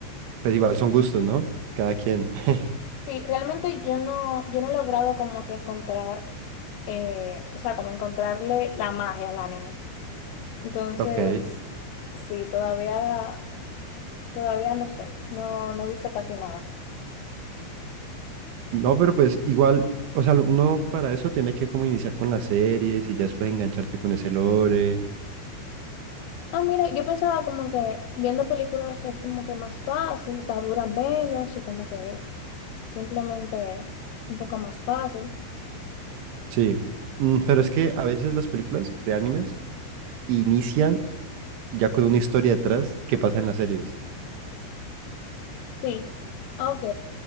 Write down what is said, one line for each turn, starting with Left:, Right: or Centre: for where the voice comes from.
Right: Pues igual son gustos, ¿no? Cada quien. <laughs>
Left: Sí, realmente yo no, yo no he logrado como que encontrar eh, o sea, como encontrarle la magia al anime. Entonces,
Right: Ok.
Left: sí, todavía, todavía no sé, no, no he visto casi nada.
Right: No, pero pues igual, o sea, uno para eso tiene que como iniciar con las series y ya después engancharte con ese lore.
Left: Ah, mira, yo pensaba como que viendo películas es como que más fácil, o sea, duran menos y como que simplemente un poco más fácil.
Right: Sí. Mm, pero es que a veces las películas de animes inician ya con una historia detrás que pasa en las series.
Left: Sí, ah, ok,